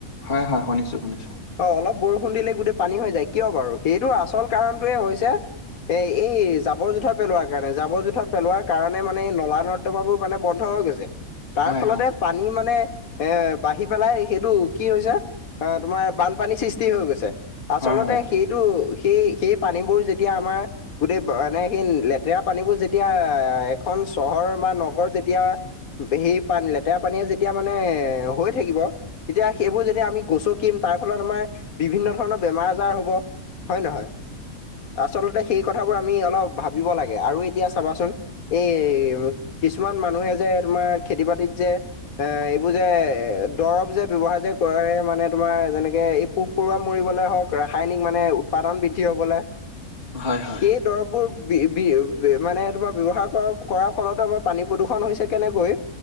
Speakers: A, on the left; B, on the left.
A: হয় হয়, শুনিছোঁ শুনিছোঁ।
B: অ' অলপ বৰষুণ দিলে গোটেই পানী হৈ যায় কিয় বাৰু সেইটোৰ আচল কাৰণটোৱে হৈছে এ এই জাবৰ জোঁথৰ পেলোৱাৰ কাৰণে। জাবৰ জোথৰ পেলোৱাৰ কাৰণে মানে নলা নৰ্দমা বোৰ মানে বন্ধ হৈ গৈছে। তাৰ
A: হয়
B: ফলতে
A: হয়
B: পানী মানে এ বাঢ়ি পেলাই সেইটো কি হৈছে অ' তোমাৰ বানপানী সৃষ্টি হৈ গৈছে। আচলতে
A: হয়
B: সেইটো সেই সেই পানীবোৰ যে তিয়া আমাৰ গোটেই মানে সেই লেতেৰা পানীবোৰ যেতিয়া এখন চহৰ বা নগৰত যেতিয়া সেই পানী লেতেৰা পানীয়ে যেতিয়া মানে হৈ থাকিব। তেতিয়া সেইবোৰ যেতিয়া আমি গছকিম তাৰ ফলত আমাৰ বিভিন্ন ধৰণৰ বেমাৰ আজাৰ হ'ব। হয় নহয়? আচলতে সেই কথাবোৰ আমি অলপ ভাবিব লাগে আৰু এতিয়া চাবাচোন। এই কিছুমান মানুহে যে তোমাৰ খেতি বাতিত যে এ এইবোৰ যে এ দৰৱ যে ব্যৱহাৰ যে কৰে মানে তোমাৰ যেনেকে এই পোক পৰুৱা মৰিবলে হওক, ৰাসায়নিক মানে উৎপাদন বৃদ্ধি হ'বলৈ।
A: হয় হয়।
B: দৰববোৰ বি বি মানে তোমাৰ ব্যৱহাৰ কৰাৰ ফলতো আমাৰ পানী প্ৰদূষণ হৈছে কেনেকৈ